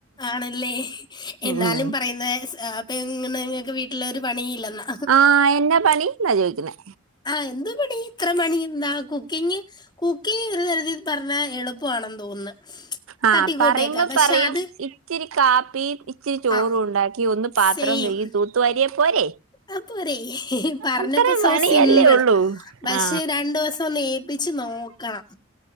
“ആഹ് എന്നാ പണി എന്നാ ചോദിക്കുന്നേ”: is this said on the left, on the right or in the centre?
Right